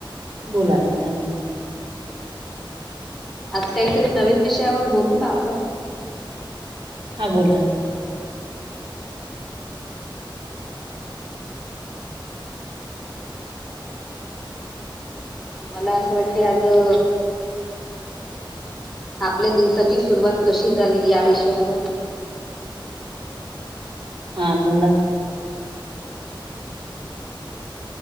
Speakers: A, on the right (about 70°); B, in the centre.
A: बोला ना काय म्हणता?
B: आज काहीतरी नवीन विषयावर बोलू का आपण?
A: हा बोला ना.
B: मला असं वाटते आज अ आपल्या दिवसाची सुरुवात कशी झाली, या विषयावर
A: हा बोला ना